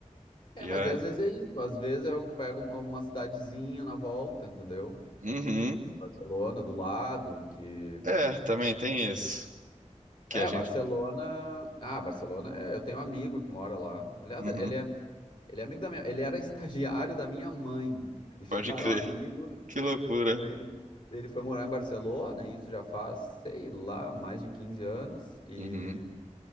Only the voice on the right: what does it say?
E
é.
Uhum.
É, também tem isso. Que
a gente.
Uhum.
Pode crer.
Que loucura.
Uhum.